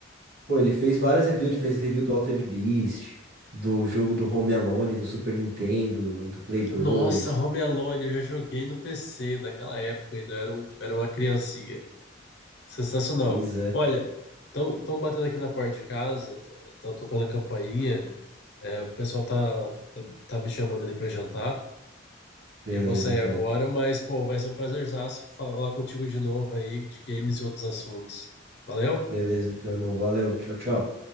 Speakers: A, on the right; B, on the left.
A: pô, ele fez várias reviews, ele fez review do Altered Beast, do jogo do Home Alone, do Super Nintendo, do Play dois
B: Nossa, Home Alone, eu já joguei no PC naquela época, ainda era, um, era uma criancinha. Sensacional.
A: Pois é.
B: Olha, estão batendo aqui na porta de casa, estão tocando a campainha, é, o pessoal tá, tá, tá me chamando ali para jantar.
A: Beleza,
B: Eu vou sair
A: então.
B: agora, mas, pô, vai ser um prazerzaço falar contigo de novo aí de games e outros assuntos. Valeu?
A: Beleza, então, irmão. Valeu. Tchau, tchau.